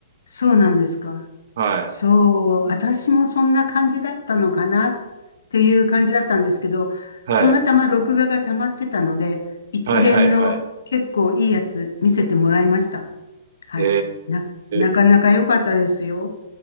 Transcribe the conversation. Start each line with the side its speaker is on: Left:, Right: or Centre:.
Left: そうなんですか。
Right: はい。
Left: そう、私もそんな感じだったのかなっていう感じだったんですけど、
Right: はい。
Left: たまたま録画が溜まってたので、一連の結構いいやつ見せてもらいました。
Right: はいはいはい。
Left: はい。
Right: え
Left: な、なかなか良かったですよ。
Right: ー、